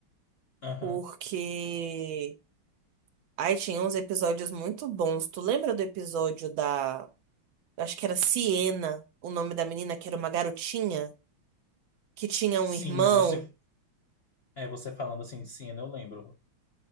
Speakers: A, on the left (about 70°); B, on the right (about 75°).
A: Aham.
B: Porque aí tinha uns episódios muito bons. Tu lembra do episódio da. Acho que era Siena, o nome da menina, que era uma garotinha, que tinha um
A: Sim,
B: irmão,
A: você, é, você falando assim, sim, eu lembro.